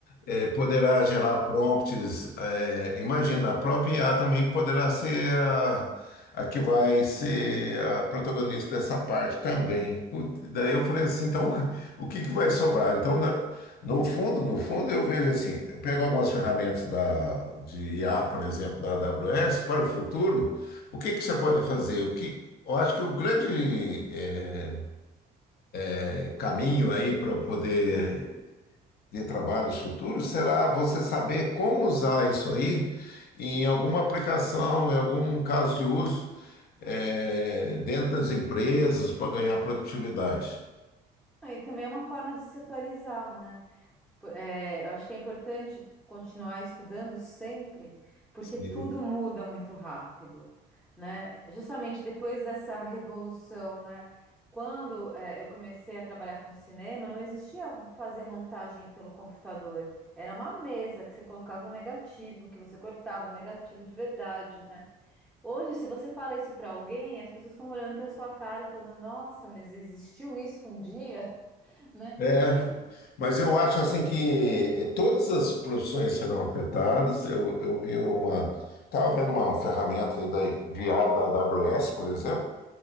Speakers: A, on the left; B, in the centre.
A: é, poderá gerar prompts. é, imagina, a própria IA também poderá ser a, a que vai ser a protagonista dessa parte também. Put- daí eu falei assim, então <laughs> o que que vai sobrar? Então, na- no fundo, no fundo, eu vejo assim, eu pego algumas ferramentas da, de IA, por exemplo, da AWS, para o futuro, o que que você pode fazer? O que, eu acho que o grande é, é, caminho aí para poder de trabalhos futuros será você saber como usar isso aí em alguma aplicação, em algum caso de uso, eh, dentro das empresas para ganhar produtividade.
B: Aí também é uma forma de se atualizar, né? É, eu acho que é importante continuar estudando sempre, porque
A: Sim.
B: tudo muda muito rápido, né? Justamente depois dessa revolução, né? Quando, é, eu comecei a trabalhar com cinema, não existia fazer montagem pelo computador. Era uma mesa que você colocava o negativo, que você cortava o negativo de verdade, né? Hoje, se você fala isso para alguém, as pessoas ficam olhando para sua cara, falando: Nossa, mas existiu isso um dia, <laughs> né?
A: É,
B: Mas
A: mas eu acho assim que todas as profissões serão afetadas. Eu, eu vi uma, estava vendo uma ferramenta aí da, de IA da AWS, por exemplo.